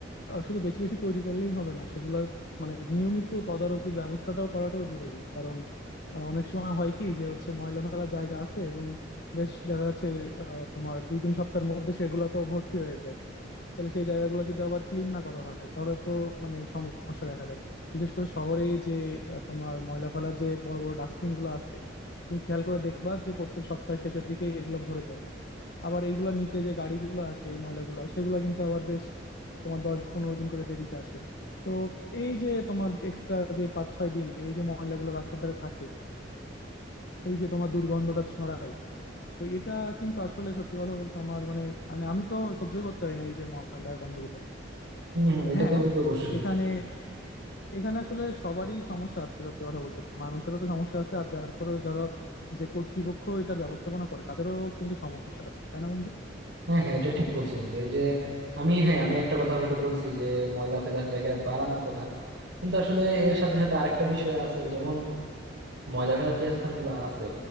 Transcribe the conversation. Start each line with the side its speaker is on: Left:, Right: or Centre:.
Left: আহ, শুধু বেশি বেশি তৈরি করলেই হবে না সেগুলো মানে নিয়মিত তদারকি ব্যবস্থাটাও করাটাও জরুরি কারণ আহ, অনেক সময় হয় কি যে হচ্ছে ময়লা ফেলার জায়গা আছে এবং বেশ দেখা যাচ্ছে আহ, তোমার দুই তিন সপ্তাহের মধ্যে সেগুলো তো ভর্তি হয়ে যায় তাহলে সেই জায়গাগুলো যদি আবার ক্লিন না করা হয় তাহলে তো মানে সমস্যা দেখা দেয় বিশেষ করে শহরে যে আহ, তোমার ময়লা ফেলার যে বড় বড় ডাস্টবিন গুলো আছে তুমি খেয়াল করে দেখবা যে প্রত্যেক সপ্তাহ শেষের দিকে এগুলো ভরে যায় আবার এইগুলা নিতে যে গাড়িগুলো আসে এই ময়লাগুলো সেগুলো কিন্তু আবার বেশ তোমার দশ পনেরো দিন করে দেরিতে আসে তো এই যে তোমার এক্সট্রা যে পাঁচ ছয় দিন এই যে ময়লাগুলো রাস্তার ধারে থাকে এই যে তোমার দুর্গন্ধটা ছড়ায় তো এটা কিন্তু আসলে সত্যি কথা বলতে আমার মানে মানে আমি তো সহ্যই করতে পারি না এই যে ময়লার গন্ধগুলো
Right: হম হম এটা
Left: হ্যাঁ
Right: তো বন্ধু অবশ্যই
Left: এখানে এখানে আসলে সবারই সমস্যা আছে সত্যি কথা বলতে মানুষেরও তো সমস্যা আছে আর যার পরে যারা যে কর্তৃপক্ষ এটার ব্যবস্থাপনা করে তাদেরও কিন্তু সমস্যা আছে তাই না বন্ধু
Right: হ্যাঁ হ্যাঁ এটা ঠিক বলছো বন্ধু এই যে আমি হ্যাঁ আমি একটা কথা হয়তো বলছি যে ময়লা ফেলার জায়গা বাড়ানোর কথা কিন্তু আসলে এর সাথে সাথে আরেকটা বিষয় আছে যেমন ময়লা ফেলার যে স্থানগুলো আছে